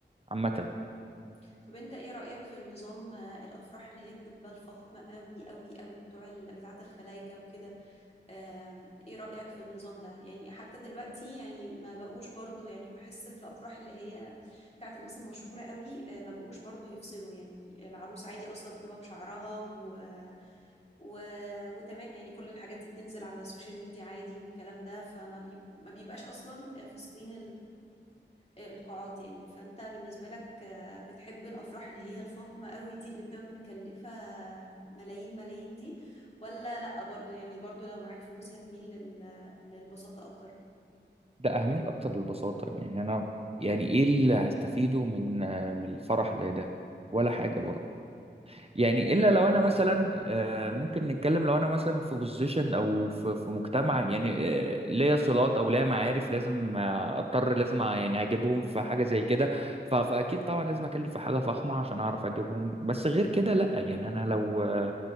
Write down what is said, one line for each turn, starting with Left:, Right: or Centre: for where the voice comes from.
Right: عامة
Left: مم. طب انت ايه رأيك في النظام آه، الافراح اللي هي بتبقى الفخمة قوي قوي قوي بتوع ال... بتاعة الخلايجة وكده آم، ايه رأيك في النظام ده يعني حتى دلوقتي يعني ما بقوش برضو يعني بحس في الافراح اللي هي بتاعة الناس المشهورة قوي آه، ما بقوش برضو يفصلوا يعني العروس عادي اصلا بتبقى بشعرها و... و... وتمام يعني كل الحاجات دي بتنزل على السوشيال ميديا عادي والكلام ده فما بي... ما بيبقاش اصلا فاصلين القاعات يعني فانت بالنسبة لك آه، بتحب الافراح اللي هي الفخمة قوي دي اللي بتبقى متكلفة ملايين ملايين دي ولا لا برضو يعني برضو لو معاك فلوس هتميل لل... للبساطة اكتر
Right: ده أهمية الأكتر للبساطة يعني أنا يعني إيه اللي هستفيده من آه، من الفرح زي ده ولا
Left: امم
Right: حاجة برضه يعني إلا لو أنا مثلا آه، ممكن نتكلم لو أنا مثلا في بوزيشن أو في في مجتمع يعني آه، ليا صلات أو ليا معارف لازم آه، أضطر
Left: امم
Right: لازم أ- يعني أجيبهم في حاجة زي كده ف- فأكيد طبعا لازم أكلف في حاجة فخمة عشان أعرف أجيبهم بس غير كده لأ
Left: امم.
Right: يعني أنا لو آه،